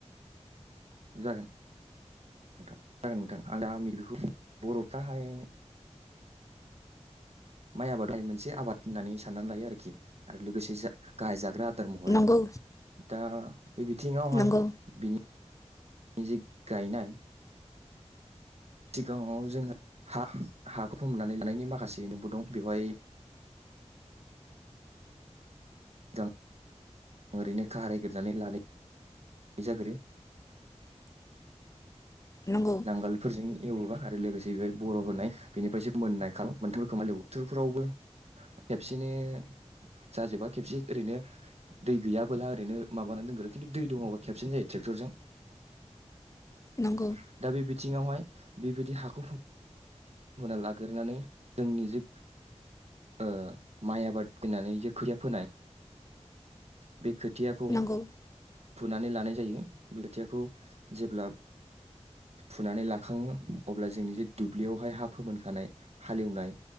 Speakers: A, on the right; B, on the left.
A: जागोन नोंथां जागोन नोंथां आं दा मायज्लिखौ बरफ्राहाय माइ आबादखौ मोनसे आबाद होननानै साननानै लायो आरोखि आरो लोगोसे जा गाहाय जाग्रा आदार महरै
B: नंगौ
A: दा बे बिथिङावहाय
B: नंगौ
A: बिनि जि गायनाय सिगाङाव जोङो हा हाखौ फोमोनानै लानायनि माखासे नेमबो दं बेवहाय जों ओरैनो खारायग्रोनानै लायो <unintelligible>
B: नंगौ
A: नांगोलफोरजों एवोबा आरो लोगोसे <unintelligible>
B: नंगौ
A: दा बे बिथिङावहाय बेबायदि हाखौ फोमोनना लाग्रोनानै जोंनि जे ओ माइ आबाद फोनानै जे खोथिया फोनाय बे खोथियाखौ
B: नंगौ
A: फुनानै लानाय जायो बे थियाखौ जेब्ला फुनानै लाखाङो अब्ला जोंनि जे दुब्लियावहाय हा फोमोनखानाय हालेवनाय